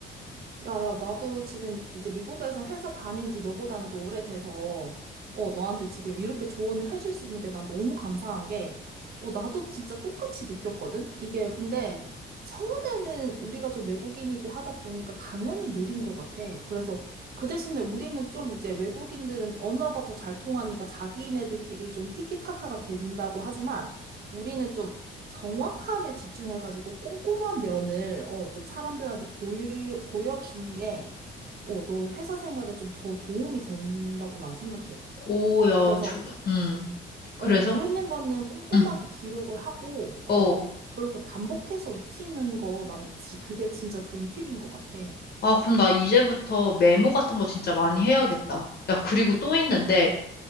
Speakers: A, on the right; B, on the left.
A: 야, 야, 나도 지금 이제 미국에서 회사 다닌 지 너보다는 좀 오래돼서, 어, 너한테 지금 이렇게 조언을 해줄 수 있는 게 난 너무 감사한 게, 어, 나도 진짜 똑같이 느꼈거든? 이게 근데 처음에는 우리가 좀 외국인이고 하다 보니까 당연히 느린 것 같아. 그래서 그 대신에 우리는 좀 이제 외국인들은 언어가 더 잘 통하니까 자기네들끼리 좀 티키타카가 된다고 하지만, 우리는 좀 정확함에 집중해가지고 꼼꼼한 면을 어, 좀 사람들한테 보이, 보여주는 게 어, 너 회사 생활에 좀 더 도움이 된다고 난 생각해.
B: 오야
A: 그래서
B: 조, 음 그래서
A: 어, 모르는 거는 꼼꼼하게
B: 응
A: 기록을 하고 어,
B: 어.
A: 그렇게 반복해서 익히는 거 나는 지- 그게 진짜 좋은 팁인 것 같아.
B: 아 그럼 나 이제부터 메모 같은 거 진짜 많이 해야겠다. 야 그리고 또 있는데